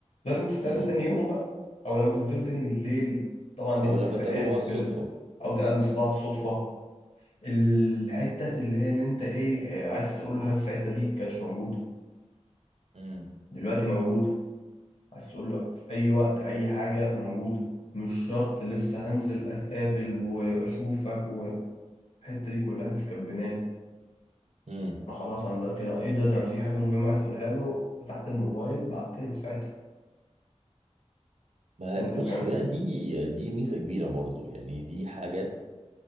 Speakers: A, on the left (about 65°); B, on the right (about 70°).
A: لازم تستنى
B: امم
A: تاني يوم بقى او لما تنزلوا تاني بالليل طبعا دي
B: او
A: باتفاقات
B: لما تقابلوا بعض
A: وكده
B: صدفة
A: او تقابلوا بعض صدفة الحتة اللي هي ان انت ايه آه، عايز تقول له حاجة في ساعتها دي كانتش موجودة
B: امم
A: دلوقتي موجودة عايز تقول له في اي وقت اي حاجة موجودة مش شرط لسه هنزل اتقابل واشوفك والحتة دي كلها احنا سكبناها
B: امم
A: انا خلاص انا دلوقتي أنا ايه ده ده أنا في حاجه مهمه عايز اقولها له فتحت الموبايل بعت له في ساعتها
B: ما
A: انت
B: بص
A: فاهم
B: بقى دي دي ميزة كبيرة برضو يعني دي حاجات